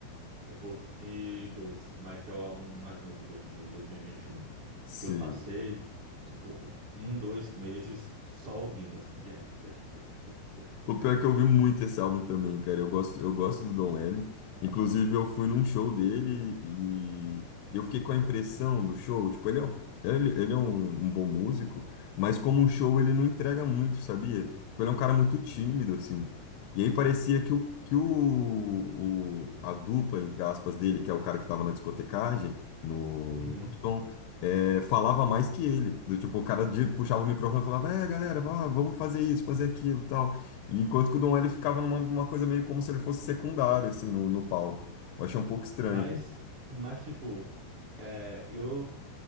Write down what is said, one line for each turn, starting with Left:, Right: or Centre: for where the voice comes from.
Right: o volume 2, mas que é o álbum mais novo dele, de dois mil e e vinte e um,
Left: sim.
Right: que eu passei, tipo, um, dois meses só ouvindo, assim, direto, direto, direto, direto, direto.
Left: O pior é que eu ouvi muito esse álbum também, cara. Eu gosto, eu gosto do Don L. Inclusive, eu fui num show dele e, e eu fiquei com a impressão do show. Tipo, ele é, o- ele, ele é um, um bom músico, mas como um show ele não entrega muito, sabia? Tipo, ele é um cara muito tímido, assim. E aí parecia que, o, que o, o, a dupla, entre aspas, dele, que é o cara que tava na discotecagem, no,
Right: Uhum.
Left: no som, é, falava mais que ele. Do tipo, o cara de- puxava o microfone e falava, é, galera, vá, vamos fazer isso, fazer aquilo, tal. E enquanto que o Dom ele ficava numa uma coisa meio como se ele fosse secundário, assim, no, no palco. Eu achei um pouco estranho.
Right: Mas, mas, tipo, é, eu